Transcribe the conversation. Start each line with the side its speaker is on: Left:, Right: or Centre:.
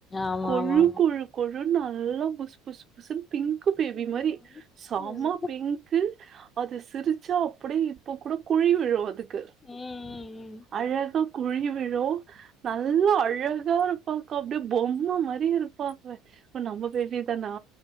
Left: ஆமா
Right: கொழு
Left: ஆமா ஆமா
Right: கொழு கொழுன்னு நல்லா புஸ் புஸ் அசல் பிங்க் பேபி
Left: ம்
Right: மாரி
Left: ம்
Right: சாம
Left: ம்
Right: பிங்க் கு அது சிரிச்சா அப்படியே இப்ப கூட குழி விழு அது க்கு
Left: ம்
Right: அழகா குழி விழோ நல்லா அழகா இருப்பாங்கா அப்படியே பொம்மை மாரி இருப்பாங்க இவென் நம்ம பேபிதானா